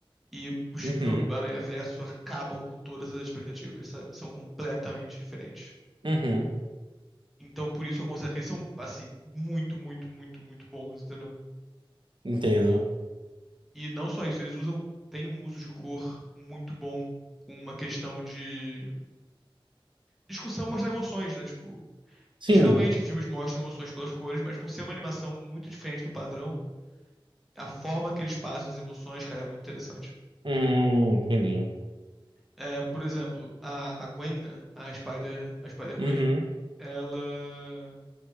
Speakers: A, in the centre; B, on the right.
A: E os
B: Uhum,
A: filmes do Aranhaverso acabam com todas essas expectativas, sabe? São completamente diferentes.
B: uhum,
A: Então, por isso eu considero que eles são, assim, muito, muito, muito, muito bons, entendeu?
B: entendo.
A: E não só isso, eles usam, têm um uso de cor muito bom, uma questão de discussão mostrar emoções, né? Tipo,
B: Sim.
A: geralmente filmes mostram emoções pelas cores, mas por ser uma animação muito diferente do padrão, a forma que eles passam as emoções, cara, é muito interessante.
B: Hum, entendi.
A: É, por exemplo, a, a Gwen, né? A Spider, a Spider Gwen,
B: Uhum,
A: ela